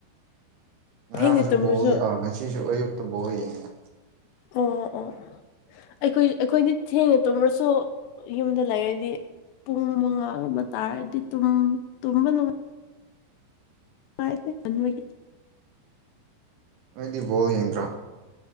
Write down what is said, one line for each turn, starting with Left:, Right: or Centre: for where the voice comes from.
Right: ꯉꯔꯥꯡꯁꯨ
Left: ꯊꯦꯡꯅ ꯇꯨꯝꯃꯁꯨ
Right: ꯕꯣꯜ ꯌꯥꯎ ꯉꯁꯤꯁꯨ ꯑꯌꯨꯛꯇ ꯕꯣꯜ ꯌꯦꯡꯉꯤꯅ
Left: ꯑꯣ ꯑꯣ ꯑꯩꯈꯣꯏ ꯑꯩꯈꯣꯏꯗꯤ ꯊꯦꯡꯅ ꯇꯨꯝꯃ꯭ꯔꯁꯨ ꯌꯨꯝꯗ ꯂꯩꯔꯗꯤ ꯄꯨꯡ ꯃꯉꯥꯒꯨꯝꯕ ꯇꯥꯔꯗꯤ ꯇꯨꯝ-ꯇꯨꯝꯕ ꯅꯨꯡꯉꯥꯏ <unintelligible>
Right: ꯅꯣꯏꯗꯤ ꯕꯣꯜ ꯌꯦꯡꯗ꯭ꯔꯣ